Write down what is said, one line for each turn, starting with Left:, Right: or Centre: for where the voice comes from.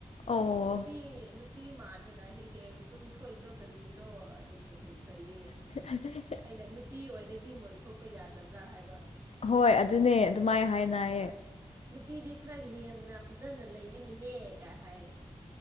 Left: ꯑꯣ
Right: ꯅꯨꯄꯤ ꯅꯨ ꯄꯤ ꯃꯥꯟꯗꯅ ꯍꯦꯛ ꯍꯦꯛ ꯑꯗꯨꯝ ꯊꯣꯛꯏꯗꯣ ꯀꯔꯤꯒꯤꯔꯣ ꯑꯗꯨꯝ ꯍꯦꯛ ꯍꯦꯛ ꯆꯩꯌꯦ
Left: <unintelligible>
Right: ꯑꯩꯅ ꯅꯨꯄꯤ ꯑꯣꯏꯔꯗꯤ ꯃꯣꯏ ꯊꯣꯛꯄ ꯌꯥꯗꯕ꯭ꯔꯥ ꯍꯥꯏꯕ
Left: ꯍꯣꯏ ꯑꯗꯨꯅꯦ ꯑꯗꯨꯃꯥꯏ ꯍꯥꯏꯅꯌꯦ
Right: ꯍꯣꯏ ꯅꯨꯄꯤꯗꯤ ꯈꯔ ꯂꯦꯝꯅ ꯐꯖꯅ ꯂꯩꯌꯨ ꯅꯍꯦ ꯀ ꯍꯥꯏ